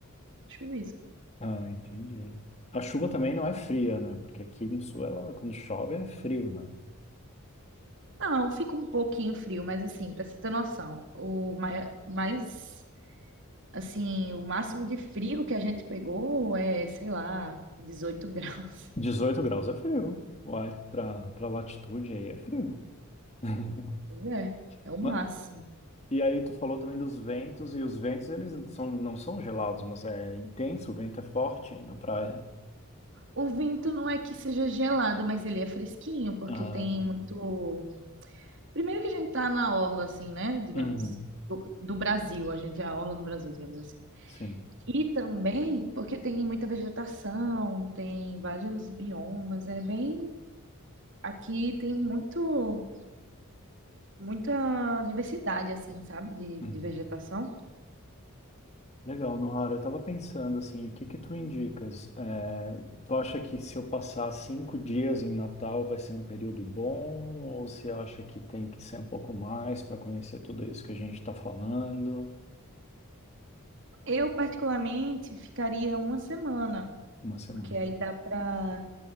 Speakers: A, on the right; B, on the left.
A: chuvisco.
B: Ah, entendi. A chuva também não é fria, né? Porque aqui no sul, ela, quando chove, é frio, né?
A: Não, fica um pouquinho frio, mas assim, pra você ter noção, o mai- mais Assim, o máximo de frio que a gente pegou é, sei lá, 18 <laughs> graus.
B: 18 graus é frio. Uai, pra, pra latitude aí é frio. <laughs>
A: Pois É, é o máximo.
B: Ma- E aí tu falou também dos ventos, e os ventos eles são, não são gelados, mas é intenso, o vento é forte na praia.
A: O vento não é que seja gelado, mas ele é fresquinho, porque
B: Ah,
A: tem muito. Primeiro que a gente tá na orla, assim, né? Digamos,
B: uhum,
A: do, do Brasil, a gente é a orla do Brasil, digamos assim.
B: sim.
A: E também porque tem muita vegetação, tem vários biomas, é bem. Aqui tem muito, muita diversidade, assim, sabe? De,
B: uhum.
A: de vegetação.
B: Legal, Nohara, eu tava pensando assim, o que que tu indicas? É, tu acha que se eu passar cinco dias em Natal vai ser um período bom, ou você acha que tem que ser um pouco mais para conhecer tudo isso que a gente está falando?
A: Eu, particularmente, ficaria uma semana,
B: Uma semana.
A: porque aí dá pra,